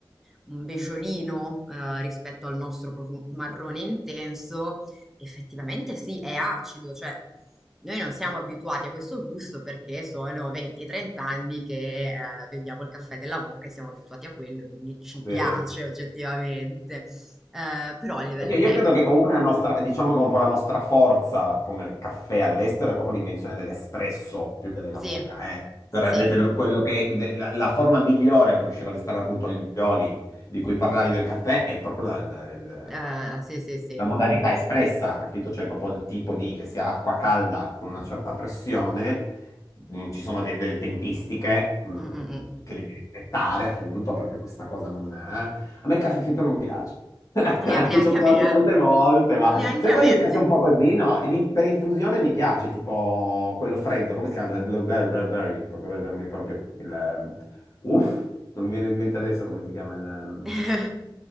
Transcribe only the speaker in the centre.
un besciolino eh, rispetto al nostro proprio marrone intenso, effettivamente sì, è acido, cioè noi non siamo abituati a questo gusto perché sono 20-30 anni che eh, beviamo il caffè della moka e siamo abituati a quello, e quindi ci
piace oggettivamente. Eh, però a livello
tecnico,
sì,
sì,
eh, sì, sì, sì.
Mm, mm, mm.
Nea- neanche
a me,
eh.
Neanche
a
me.
<laughs>